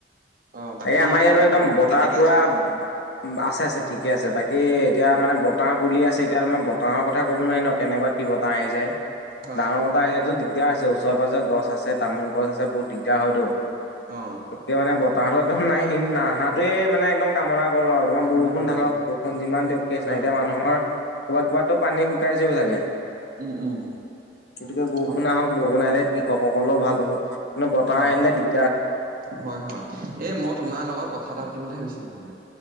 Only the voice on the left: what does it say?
এই আমাৰ ইয়াতো একদম
বতাহ
পুৰা
উম, আছে আছে ঠিকে আছে বাকী এতিয়া মানে বত বতাহ বুলি আছে এতিয়া তোমাৰ বতাহৰ কথা ক'ব নোৱাৰি ন কেনেকুৱা কি বতাহ আহি যায়।
ডাঙৰ বতাহ আহিলেতো <inaudible> দিগদাৰ আছে ওচৰে পাজৰে গছ আছে তামোল গছ আছে বহুত দিগদাৰ হয়তো।
<unintelligible> একদম নাহি নাহাটো এ মানে একদম কামনা <unintelligible> আৰু তোমাৰ
বৰষুণ
ঢালক
বৰষুণ
যিমান দিয়ক কেছ
নাই।
এতিয়া মানুহৰ ক'ৰবাত ক'ৰবাতো পানী শুকাইছেও চাগে।
গতিকে বৰষুণ
আহক বৰষুণ আহ কৃষকসকলেও ভাল হ'ব মে বতাহ
আহিলে
দিগ